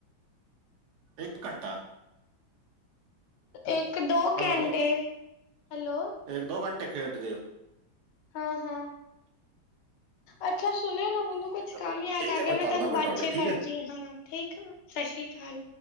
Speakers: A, on the right; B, on the left.
A: ਇੱਕ ਘੰਟਾ?
B: ਇੱਕ-ਦੋ
A: ਹੈਲੋ,
B: ਘੰਟੇ, ਹੈਲੋੋ।
A: ਇੱਕ ਦੋ ਘੰਟੇ ਖੇਡਦੇ ਓ।
B: ਹਾਂ-ਹਾਂ। ਅੱਛਾ ਸੁਣਿਓ ਨਾ
A: ਠੀਕ
B: ਮੈਨੂੰ ਕੁਛ
A: ਹੈ, ਚਲੋ
B: ਕੰਮ ਯਾਦ
A: ਠੀਕ
B: ਆ
A: ਹੈ,
B: ਗਿਆ ਮੈਂ
A: ਕਰਦਾ
B: ਤੁਹਾਨੂੰ
A: ਫਿਰ
B: ਬਾਦ ਚ
A: ਠੀਕ
B: ਕਰਦੀ
A: ਹੈ।
B: ਹਾ ਫੋਨ। ਠੀਕ ਆ, ਸਸ ਸ੍ਰੀ ਕਾਲ।